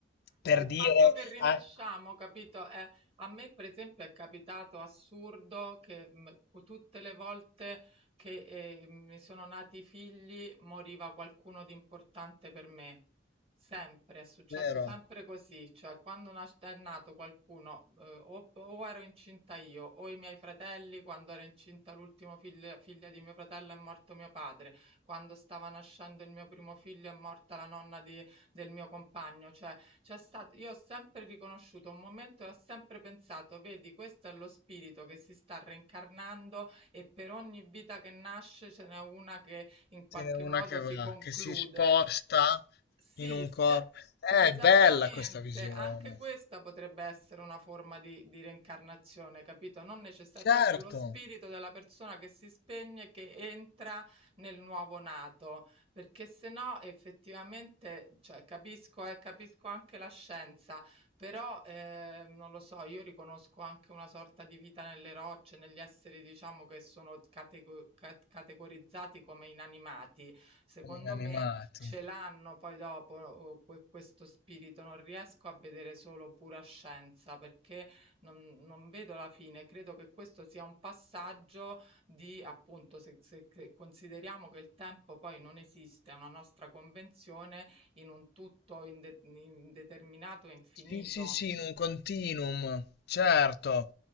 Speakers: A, on the left; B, on the right.
A: per
B: Ma il
A: dire...
B: fatto che rinasciamo,
A: ah,
B: capito? Eh, a me, per esempio, è capitato assurdo che mh, cu- tutte le volte che eh, mi sono nati i figli moriva qualcuno di importante per me. Sempre, è successo
A: vero.
B: sempre così, cioè quando nas- è nato qualcuno, eh, o, o ero incinta io, o i miei fratelli, quando ero incinta l'ultimo figlio- figlia di mio fratello è morto mio padre, quando stava nascendo il mio primo figlio è morta la nonna di- del mio compagno, cioè c'è stato, io ho sempre riconosciuto un momento e ho sempre pensato, vedi, questo è lo spirito che si sta reincarnando e per ogni vita che nasce ce n'è una che in qualche
A: Ce n'è una
B: modo
A: che
B: si
A: va,
B: conclude.
A: che si sposta
B: Sì,
A: in un
B: se
A: corpo. È
B: esattamente,
A: bella questa visione.
B: anche questa potrebbe essere una forma di, di reincarnazione, capito? Non necessario,
A: Certo,
B: è proprio lo spirito della persona che si spegne, che entra nel nuovo nato, perché se no effettivamente, cioè, capisco, eh, capisco anche la scienza, però eh, non lo so, io riconosco anche una sorta di vita nelle rocce, negli esseri, diciamo, che sono catego- ca- categorizzati come inanimati. Secondo
A: come gli animati.
B: me ce l'hanno poi dopo que- questo spirito, non riesco a vedere solo pura scienza perché non, non vedo la fine, credo che questo sia un passaggio di appunto se, se che- consideriamo che il tempo poi non esiste, è una nostra convenzione in un tutto inde- indeterminato e infinito.
A: Sì, sì, sì, in un continuum, certo.